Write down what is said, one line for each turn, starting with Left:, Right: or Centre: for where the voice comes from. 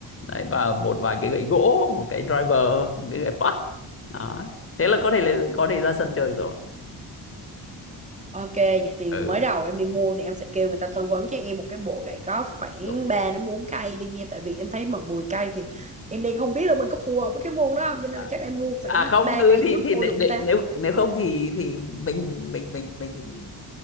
Left: đấy và một vài cái gậy gỗ một cái driver một cái gậy putt đó thế là có thể là có thể ra sân chơi rồi
Right: ok vậy thì
Left: ừ
Right: mới đầu em đi mua thì em sẽ kêu người ta tư vấn cho em một cái bộ gậy golf khoảng
Left: đúng.
Right: 3 đến 4 cây đi nha tại vì em thấy mà 10 cây thì em đang không biết là mình có phù hợp với cái môn đó không cho nên
Left: à
Right: là chắc là em mua khoảng
Left: à không
Right: 3
Left: ừ,
Right: cây trước
Left: thì thì
Right: thôi
Left: để,
Right: được không
Left: để,
Right: ta
Left: nếu nếu không thì thì mình mình mình mình